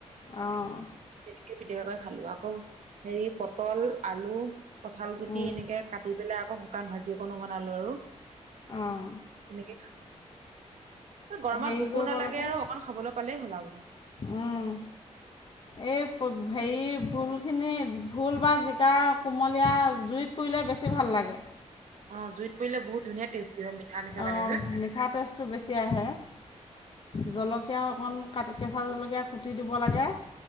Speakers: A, on the left (about 45°); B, on the right (about 85°).
A: অ',
B: তেনেকে পিটকাকৈ খালো আকৌ হেৰি পটল আলু কঠাল গুটি
A: উম,
B: এনেকে। কাটি পেলাই আকৌ শুকান ভাজি অকণো বনালো। আৰু
A: অঁ।
B: তেনেকে খ গৰমত
A: হেৰি
B: ভোকো
A: কৰিব
B: নালাগে
A: লাগে
B: আৰু অকন খাবলৈ পালেই হলা বাৰু।
A: উম এই ভ
B: তেনেকে
A: ভুল। খিনি ভোল বা জিকা কোমলীয়া জুইত পুৰিলে বেছি ভাল লাগে।
B: অঁ জুইত পৰিলে বহুত ধুনীয়া টেষ্টি হয় মিঠা মিঠা
A: অ',
B: লাগে যে।
A: মিঠা টেষ্টটো বেছি আহে জলকীয়াও অকণ। কাট কেঁচা জলকীয়া কুটি দিব লাগে।